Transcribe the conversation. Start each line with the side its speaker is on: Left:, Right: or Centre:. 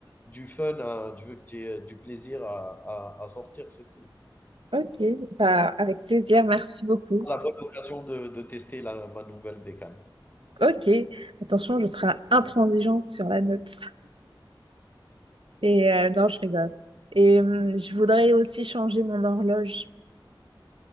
Left: du fun, à- je veux que tu aies euh, du plaisir à, à à sortir, c'est tout.
Right: ok, bah, avec plaisir, merci beaucoup.
Left: Ah, la bonne occasion de de tester la ma nouvelle bécane.
Right: Ok, attention, je serai intransigeante sur la note. Et euh, non, je rigole. Et hum, je voudrais aussi changer mon horloge.